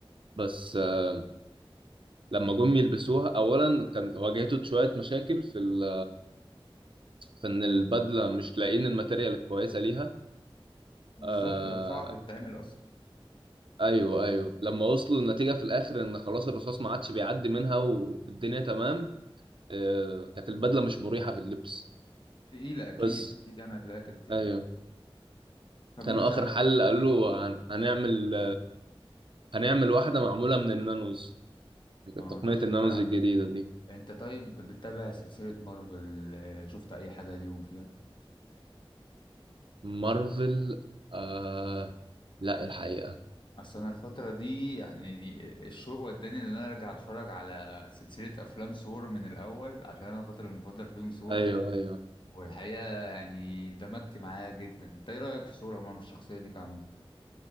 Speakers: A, on the right; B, on the left.
A: بس آه، لما جم يلبسوها اولا كان واجهته شوية مشاكل في ال... في ان البدلة مش لاقيين الماتيريال الكويسة ليها
B: بالظبط
A: آه...
B: هو صعب يتعمل
A: ايوه ايوه لما وصلوا النتيجة في الاخر ان خلاص الرصاص ما عادش بيعدي منها والدنيا تمام آه، كانت البدله مش مريحه في اللبس
B: تقيلة أكيد
A: بس
B: أكيد يعني هتلاقيها كانت تقيلة
A: ايوه
B: طب
A: كانوا
B: أنت
A: اخر حل قالوا له هن- هنعمل هنعمل واحده معموله من النانوز
B: اه
A: تقنيه
B: طب أنت
A: النانوز الجديده دي
B: أنت طيب بتتابع سلسلة مارفل آه، شفت أي حاجة ليهم فيها؟
A: مارفل آه لا الحقيقه
B: أصل أنا الفترة دي يعني آه، الشوق وداني إن أنا أرجع أتفرج على سلسلة أفلام ثور من الأول عشان أنا البطل المفضل فيهم ثور
A: ايوه ايوه
B: والحقيقة يعني اندمجت معاها جدا، أنت إيه رأيك في ثور عموما في الشخصية دي كعم؟